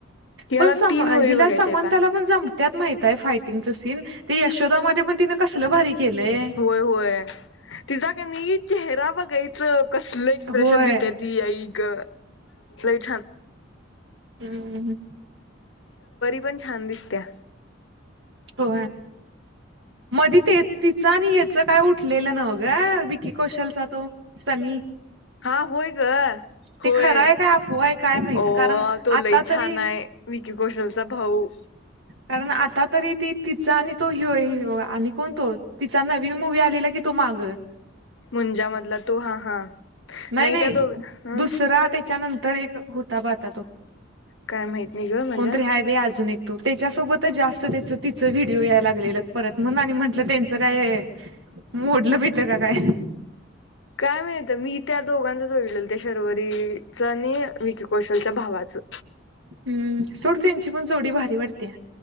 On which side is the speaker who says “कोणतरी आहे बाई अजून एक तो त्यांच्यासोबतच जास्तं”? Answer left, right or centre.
Right